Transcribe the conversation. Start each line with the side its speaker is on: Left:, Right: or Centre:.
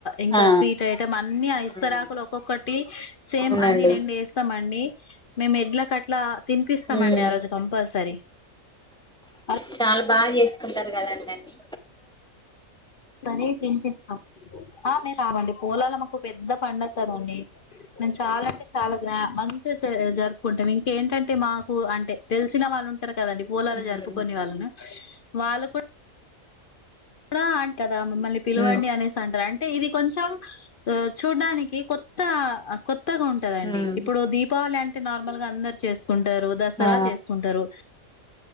Left: ఇంకా
Centre: ఆ
Left: స్వీట్ ఐటం అన్ని ఇస్తరాకులు
Centre: ఉమ్
Left: ఒక్కొక్క టి సేమ్
Centre: అవునండి
Left: అన్ని రెండు వేస్తామండి మేము ఎడ్ల కట్లా తినిపిస్తామండి
Centre: ఉమ్
Left: ఆ రోజు కంపల్సరీ అ
Centre: చాల్ బాగా చేసుకుంటారు కదండి అన్ని
Left: తని తినిపిస్తామ్ ఆ మేము రావండి పూలలు మాకు పెద్ద పడుగ కదండి మేము చాలా అంటే చాలా గ్ మంచిగా జరుపుకుంటాం ఇంకేంటంటే మాకు అంటే తెలిసిన వాళ్ళు ఉంటారు కదండి పూలాలు
Centre: ఉమ్
Left: జరుపుకుొనే వాళ్ళను వాళ్ళకు రా అంట గదా మమ్మల్ని పిలువండి.
Centre: ఉమ్
Left: అనేసి అంటారు అంటే ఇది కొంచెం చూడ్డానికి కొత్త కొత్ త్తగా ఉంటదండి.
Centre: ఉమ్
Left: ఇప్పుడు దీపావళి అం అంటే నార్మల్గ అందర్ చేస్ కుంటారు దసర
Centre: ఆ
Left: చేసుకుంటారు.